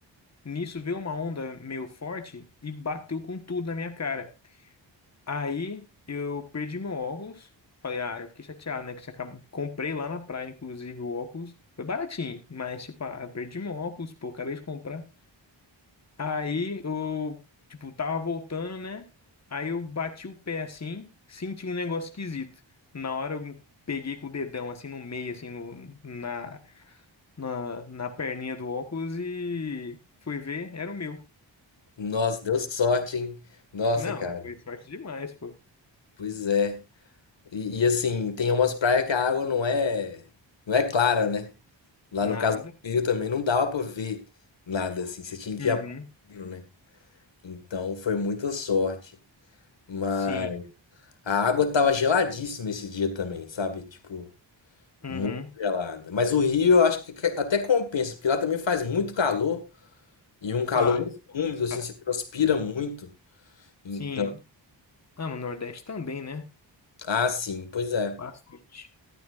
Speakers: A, on the left (about 35°); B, on the left (about 70°).
A: Nisso veio uma onda meio forte e bateu com tudo na minha cara. Aí eu perdi meu óculos. Falei, ah, eu fiquei chateado, né? Que tinha acabado... Comprei lá na praia, inclusive, o óculos. Foi baratinho, mas, tipo, ah, perdi meu óculos, pô, acabei de comprar. Aí eu, tipo, tava voltando, né? Aí eu bati o pé assim, senti um negócio esquisito. Na hora eu peguei com o dedão assim no meio, assim, no, na, na, na perninha do óculos e fui ver, era o meu.
B: Nossa, deu sorte, hein? Nossa,
A: Não,
B: cara.
A: foi sorte demais, pô.
B: Pois é. E, e, assim, tem umas praias que a água não é, não é clara, né? Lá
A: Nada.
B: no caso do Rio também não dava pra ver nada assim, você tinha que
A: Uhum.
B: ir a pau, né? Então foi muita sorte. Mas
A: Sim.
B: a água tava geladíssima esse dia também, sabe? Tipo,
A: Uhum.
B: muito gelada. Mas o Rio eu acho que até compensa, porque lá também faz muito calor e um calor
A: Faz.
B: muito úmido assim,
A: Cara.
B: você transpira muito. Então,
A: Sim. Ah, no Nordeste também, né?
B: ah, sim, pois é.
A: Bastante.